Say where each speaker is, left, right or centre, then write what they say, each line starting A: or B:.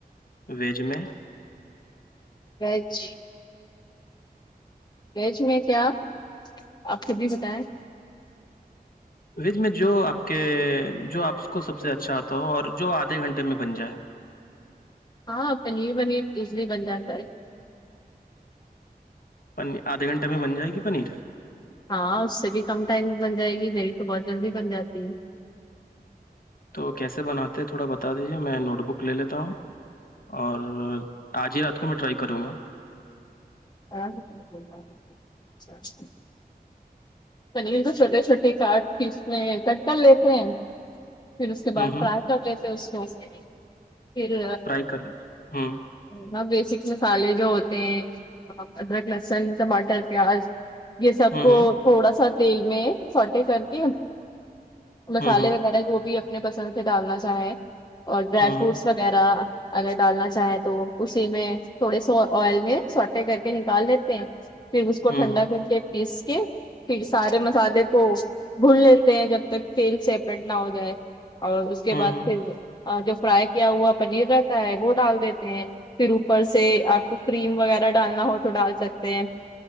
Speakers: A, on the left; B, on the left.
A: ویج میں
B: ویج ویج میں کیا آپ خود بھی بتائیں
A: وج میں جو آپ کے جو آپ کو سب سے اچھا آتا ہو اور جو آدھے گھنٹے میں بن جائے
B: ہاں پنیر پنیر ازلی بن جاتا ہے
A: پنیر آدھے گھنٹے میں بن جائے گی پنیر
B: ہاں اس سے بھی کم ٹائم بن جائے گی گی تو بہت جلدی بن جاتی
A: تو کیسے بناتے ہیں تھوڑا بتا دیجیے میں نوٹ بک لے لیتا ہوں اور آج ہی رات کو میں ٹرائی کروں گا
B: ہاں اچھا اچھا پنیر کو چھوٹے چھوٹے کاٹ کے اس میں کٹ کر لیتے ہیں پھر اس کے
A: ہوں
B: بعد
A: ہوں
B: فرائی س اس میں پھر
A: ٹرائی کر لیتا ہوں
B: وہاں بیسک مسالے جو ہوتے ہیں ادرک لہسن ٹماٹر پیاز یہ سب
A: ہوں
B: کو
A: ہوں
B: تھوڑا سا تیل میں سارٹی کر کے مسالے
A: ہوں ہوں
B: وغیرہ جو بھی اپنے پسند سے ڈالنا چاہیں اور ڈرائی
A: ہوں
B: فروٹس
A: ہوں
B: وغیرہ اگر ڈالنا چاہیں تو اسی میں تھوڑے سو آئل میں سوٹے کر کے نکال دیتے ہیں پھر اس کو
A: ہوں
B: ٹھنڈا
A: ہوں
B: کر کے پیس کے کیہ سارے مسالے تو بھڈ لیتے ہیں جب تک تیل سیپریٹ نہ ہو جائے اور اس کے بعد
A: ہوں ہوں
B: پھر جو فرائی کیا ہوا پنیر رہتا ہے وہ ڈال دیتے ہیں پھر اوپر سے آپ کو کریم وغیرہ ڈالنا ہو تو ڈال سکتے ہیں